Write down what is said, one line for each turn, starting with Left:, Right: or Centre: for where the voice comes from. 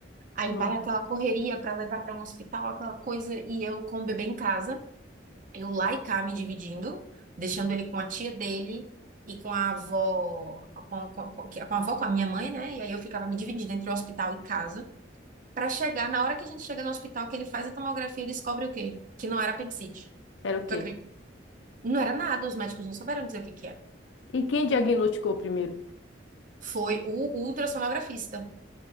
Right: Aí
Left: Não.
Right: vai aquela correria para levar para um hospital, aquela coisa, e eu com o bebê em casa, eu lá e cá me dividindo, deixando ele com a tia dele e com a avó, com, com, com, com a avó, com a minha mãe, né? E aí eu ficava me dividindo entre o hospital e casa, para chegar, na hora que a gente chega no hospital, que ele faz a tomografia e descobre o quê? Que não era apendicite.
Left: Era o
Right: Tu
Left: quê?
Right: acredita? Não era nada, os médicos não souberam dizer o que que é.
Left: E quem diagnosticou primeiro?
Right: Foi o ultrassonografista.